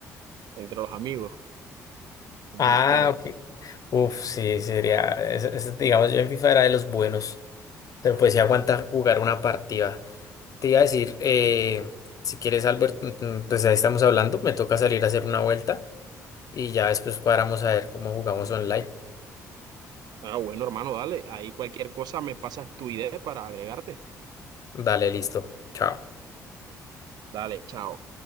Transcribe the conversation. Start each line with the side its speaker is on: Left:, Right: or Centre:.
Right: entre los amigos. Brutal.
Left: Ah, ok. Uf, sí, sería. ese- ese, digamos, yo en FIFA era de los buenos, pero pues sí aguantar jugar una partida. Te iba a decir, eh, si quieres, Albert, mm, mm, pues ahí estamos hablando, me toca salir a hacer una vuelta y ya después cuadramos a ver cómo jugamos online.
Right: Ah, bueno, hermano, dale. Ahí cualquier cosa me pasas tu idea para agregarte.
Left: Dale, listo. Chao.
Right: Dale, chao.